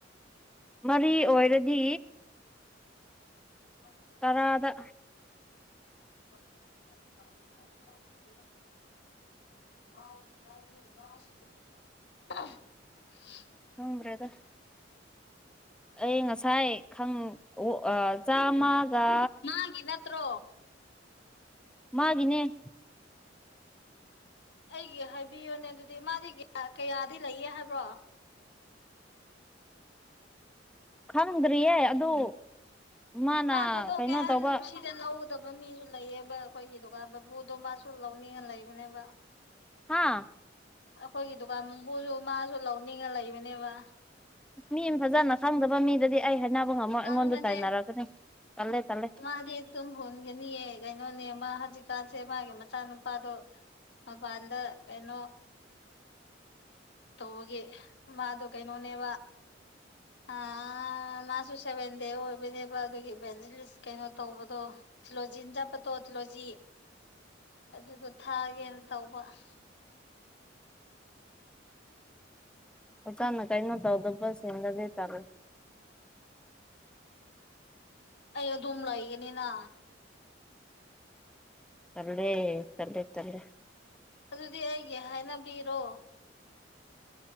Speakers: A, in the centre; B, on the left.
A: ꯃꯔꯤ ꯑꯣꯏꯔꯗꯤ
B: ꯑ <inaudible>
A: ꯇꯔꯥꯗ
B: <unintelligible> <unintelligible>
A: ꯈꯪꯗ꯭ꯔꯦꯗ ꯑꯩ ꯉꯁꯥꯏ ꯈꯪ ꯑꯣ ꯆꯥꯝꯃꯒ
B: ꯃꯥꯒꯤ ꯅꯠꯇ꯭ꯔꯣ
A: ꯃꯥꯒꯤꯅꯦ
B: ꯑꯩꯒꯤ ꯍꯥꯏꯕꯤꯌꯨꯅꯦ ꯑꯗꯨꯗꯤ ꯃꯥꯗꯤ ꯀꯌꯥꯗꯤ ꯂꯩꯌꯦ ꯍꯥꯏꯕ꯭ꯔꯣ
A: ꯈꯪꯗ꯭ꯔꯤꯌꯦ ꯑꯗꯨ ꯃꯥꯅ
B: ꯊꯥꯗꯣꯛꯀꯦ
A: ꯀꯩꯅꯣ
B: ꯍꯥꯏꯔꯁꯨ
A: ꯇꯧꯕ
B: ꯁꯤꯗ ꯂꯧꯒꯗꯕ ꯃꯤꯁꯨ ꯂꯩꯌꯦꯕ ꯑꯩꯈꯣꯏꯒꯤ ꯗꯨꯀꯥꯟ ꯃꯄꯨꯗꯣ ꯃꯥꯁꯨ ꯂꯧꯅꯤꯡꯉ ꯂꯩꯕꯅꯦꯕ
A: ꯍꯥꯥ
B: ꯑꯩꯈꯣꯏꯒꯤ ꯗꯨꯀꯥꯟ ꯃꯄꯨꯁꯨ ꯃꯥꯁꯨ ꯂꯧꯅꯤꯡꯉ ꯂꯩꯕꯅꯦꯕ
A: ꯃꯤ ꯐꯖꯅ ꯈꯪꯗꯕ ꯃꯤꯗꯗꯤ ꯑꯩ ꯍꯥꯏꯅꯕ ꯉꯝꯃꯣ ꯑꯩꯉꯣꯟꯗ
B: ꯂꯪꯕꯅꯦ
A: ꯇꯥꯏꯅꯔꯛꯅꯤ ꯇꯜꯂꯦ ꯇꯜꯂꯦ
B: ꯃꯥꯗꯤ ꯑꯗꯨꯝ ꯍꯨꯟꯒꯅꯤꯌꯦ ꯀꯩꯅꯣꯅꯦ ꯃꯥ ꯍꯧꯖꯤꯛꯀꯥꯟꯁꯦ ꯃꯥꯒꯤ ꯃꯆꯥꯅꯨꯄꯥꯗꯣ ꯃꯄꯥꯟꯗ ꯀꯩꯅꯣ ꯇꯧꯕꯒꯤ ꯃꯥꯗꯣ ꯀꯩꯅꯣꯅꯦꯕ ꯑ ꯃꯥꯁꯨ ꯁꯦꯚꯦꯟ ꯗꯦ ꯑꯣꯏꯕꯅꯦꯕ ꯑꯗꯨꯒꯤ ꯚꯦꯟꯁ ꯀꯩꯅꯣ ꯇꯧꯕꯗꯣ <inaudible> ꯊꯤꯜꯂꯣꯖꯤꯅ ꯆꯠꯄꯗꯣ ꯊꯤꯜꯂꯣꯖꯤ ꯑꯗꯨꯗꯣ ꯊꯥꯒꯦꯅ ꯇꯧꯕ <inaudible>
A: ꯐꯖꯅ ꯀꯩꯅꯣ ꯇꯧꯗꯕꯁꯤꯡꯗꯨꯗꯤ ꯇꯜꯂꯦ
B: ꯑꯩ ꯑꯗꯨꯝ ꯂꯩꯒꯅꯤꯅ
A: ꯇꯜꯂꯦ ꯇꯜꯂꯦ ꯇꯜꯂꯦ
B: ꯑꯗꯨꯗꯤ ꯑꯩꯒꯤ ꯍꯥꯏꯅꯕꯤꯔꯣ